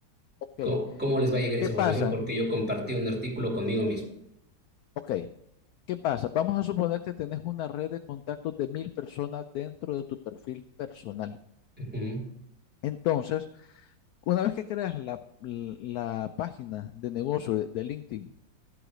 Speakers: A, on the left; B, in the centre.
A: Ok,
B: ¿Cómo, cómo les va a llegar esa
A: ¿qué pasa?
B: información? Porque yo compartí un artículo conmigo mismo.
A: Ok, ¿qué pasa? Vamos a suponer que tenés una red de contactos de mil personas dentro de tu perfil personal.
B: Ujú,
A: Entonces, Una vez que creas la, la página de negocio de, de LinkedIn,